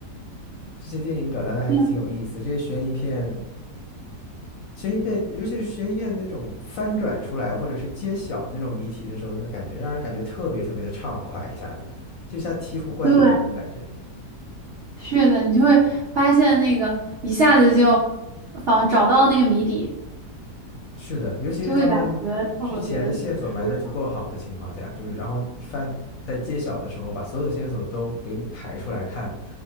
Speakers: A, on the left (about 65°); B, on the right (about 75°).
A: 这些电影表达的还是挺有意思。
B: 嗯
A: 这些悬疑片，悬疑片，尤其是悬疑片那种翻转出来，或者是揭晓那种谜题的时候，那感觉让人感觉特别特别的畅快，一下子就像醍醐灌顶的那种感觉。
B: 对，是的，你就会发现那个一下子就仿找到了那个谜底，
A: 是的，尤其是他们之前的线索埋得足够好的情况下，
B: 就会感觉特别的舒畅。
A: 就是然后翻在揭晓的时候，把所有的线索都给你排出来看，